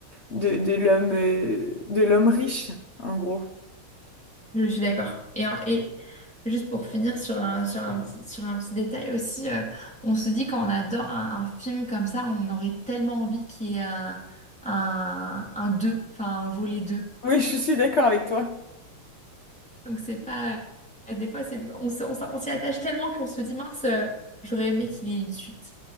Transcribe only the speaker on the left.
de l'homme euh, de l'homme riche, en gros.
Oui, je suis d'accord avec toi.